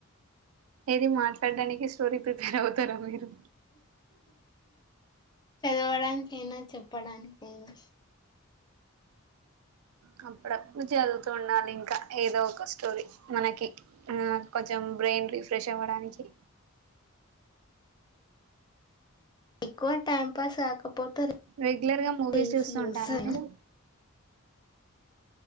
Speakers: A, on the right; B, on the left.
A: ఏది మాట్లాడడానికి స్టోరీ ప్రిపేర్ అవుతార మీరు
B: చదవడానికైనా చెప్పడానికైనా
A: హ అప్పుడిదువుతుూ ఉండాలి ఇంకా ఏదో ఒక స్టోరీ మనకి ఆ కొంచెం బ్రెయిన్ రీఫ్రెష్ అవ్వడానికి
B: ఎక్కువ టైం పాస్ కాకపోతే
A: రెగ్యులర్ గా మూవీస్
B: రీల్స్
A: చూస్తూ
B: చూస్త
A: ఉంటారా మీరు